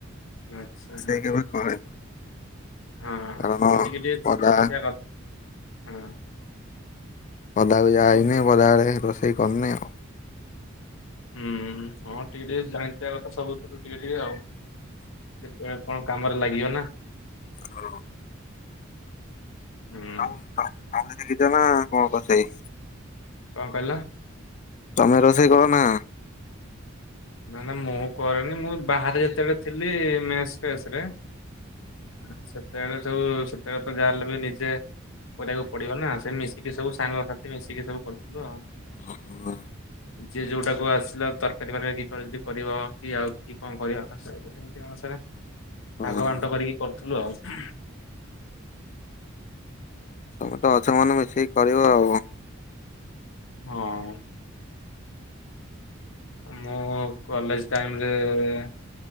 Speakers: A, on the left (about 70°); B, on the left (about 35°).
A: ଆଚ୍ଛା,
B: ରୋଷେଇ
A: ହୁଁ
B: କେବେ
A: ଉ।
B: କରେନି
A: ହଁ
B: କାରଣ
A: ହଁ ଟିକେ ଟିକେ
B: ପଦା
A: ଶିଖିଥିବା କଥ। ହଁ।
B: ପଦାକୁ ଯାଇନି।
A: ସବୁ
B: ବରା ବେଳେ ରୋଷେଇ କରିନି ଆଉ।
A: ହୁଁ, ହଁ ଟିକେ ଟିକେ ଜାଣିିଥିବା କଥା, ସବୁଥିରୁ ଟିକେ ଟିକେ ଆଉ। କେତେବେଳେ କଣ କାମରେ ଲାଗିବ ନା?
B: ହଁ।
A: ହୁଁ
B: ଆଉ, ତ-ତମେ ଶିଖିଚନା କଣ ରୋଷେଇ?
A: କଣ କହିଲ?
B: ତମେ ରୋଷେଇ କର ନା?
A: ନା ନା ମୁଁ କରେନି। ମୁଁ ବାହାରେ ଯେତେବେଳେ ଥିଲି-ଇ ମେସ୍ ଫେସ୍ ରେଁ। ଏ ସେତେବେଳେ ଚ ସବୁ ସେତେବେଳେ ତ ଯାହାହେଲେ ବି ନିଜେ କରିବାକୁ ପଡିବ ନା। ସେ ମିଶିକି ସବୁ ସାଙ୍ଗସାଥି ମିଶ ଏତିକି ସବୁ କରୁଥିଲୁ ଆଉ।
B: ହଁ ହଁ।
A: ଯିଏ ଯୋଉଟାକୁ ଆସିଲା ତରକାରୀ ବନେଇକି ହଲଦି ପଡ଼ିବ, କି ଆଉ କି କଣ ପରିବା <unintelligible>
B: ହଁ
A: ଭାଗ ବାଣ୍ଟ କରିକି ଥୁଲୁ ଆଉ।
B: ତମେ ତ ଅଛ ମାନେ, ମିଶିକି କରିବ ଆଉ।
A: ହଁ। ମୁଁ କଲେଜ ଟାଇମରେ-ଏ